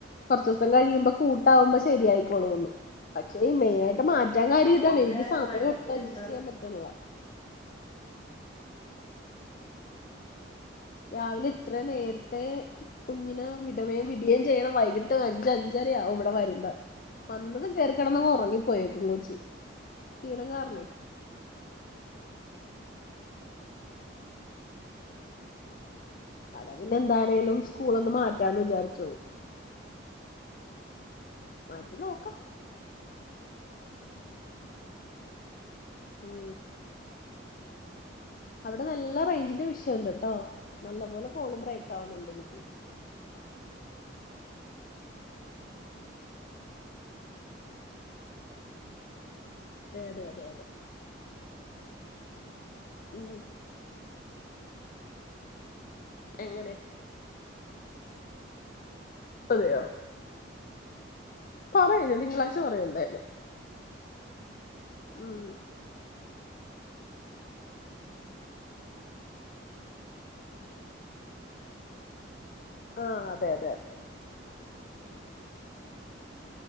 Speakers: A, on the left; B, on the left.
A: കൊറച്ച്സം കഴിയുമ്പോ കൂട്ടാവുമ്പോ ശരിയായിക്കോളൂന്ന് പക്ഷേ മെയിനായി ട്ട് മാറ്റാ
B: പക്ഷെ
A: കാര്യം
B: അവളുടെ
A: ഇതാണ് എനിക്ക് സമയം
B: മനസ്സിലുണ്ട്
A: ഒട്ട് അഡ്ജസ്റ്റ് ചെയ്യാൻ പറ്റ്ൺള രാവിലെ ഇത്ര നേരത്തെ കുഞ്ഞിന് വിടമേയും വിടിയം ചെയ്യണം വൈകിട്ട് അഞ്ച അഞ്ചരയാവും ഇവിടെ വരുമ്പോ വന്നതും കേറിക്കടന്ന് ഉറങ്ങിപ്പോയേക്കും കൊച്ചി ക്ഷീണം കാരണേ അതാ പിന്നെ എന്താണേലും സ്കൂള് ഒന്ന് മാറ്റാന്ന് വിചാരിച്ചോ മാറ്റി നോക്ക ഉം അവിടെ നല്ല റേഞ്ചിന്റെ വിഷയുണ്ട്ട്ടോ നല്ല പോലെ കോള് ബ്രേക്ക് ആവുന്നുണ്ട് എനിക്ക് അതെ അതെ അതെ അതെ ഉം എങ്ങനെ പ്പം സെരിയാവു പറയാ ഞാ തിങ്കളാഴ്ച പറയ ന്തായാലു ഉം ആഹ് അതെ അതെ അതെ